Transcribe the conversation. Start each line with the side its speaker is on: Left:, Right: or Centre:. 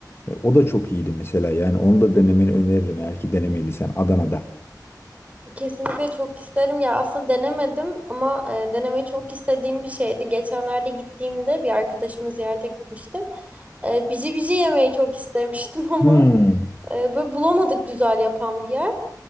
Left: E, O da çok iyiydi mesela. Yani onu da denemeni öneririm eğer ki denemediysen Adana'da.
Right: Kesinlikle çok isterim ya aslında denemedim ama e, denemeyi çok istediğim bir şeydi. Geçenlerde gittiğimde bir arkadaşımı ziyarete gitmiştim. E, bici bici yemeyi çok istemiştim <laughs> ama
Left: Hmm.
Right: e, böyle bulamadık güzel yapan bir yer.